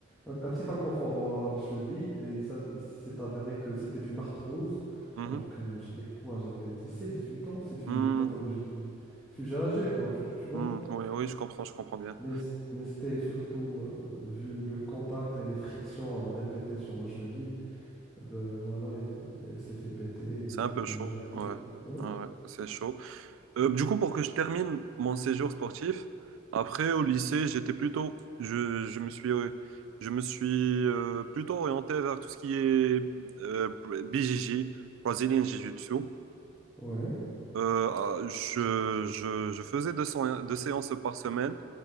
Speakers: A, in the centre; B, on the right.
A: un, un petit inconfort à la cheville et il s'a- il s'est avéré que c'était une arthrose
B: mhm,
A: alors que j'avais quoi? J'avais dix sept dix huit ans, c'est
B: hmm,
A: une pathologie du sujet âgé quoi, tu, tu vois.
B: hmm. Oui, oui, je comprends, je comprends bien.
A: Mais, c- mais c'était surtout, euh, vu le contact et les frictions euh, répétées sur ma cheville, eh ben voilà, elle, elle s'est fait péter
B: C'est
A: et
B: un peu chaud.
A: j'ai arrêté
B: Ouais,
A: le foot. Ouais,
B: ouais, ouais, c'est chaud. Euh, du coup, pour que je termine mon séjour sportif, après au lycée, j'étais plutôt, je, je me suis, euh, je me suis euh, plutôt orienté vers tout ce qui est euh, BJJ, Brazilian Jiu-Jitsu.
A: ouais,
B: Euh, ah, je, je, je faisais deux, sé- deux séances par semaine.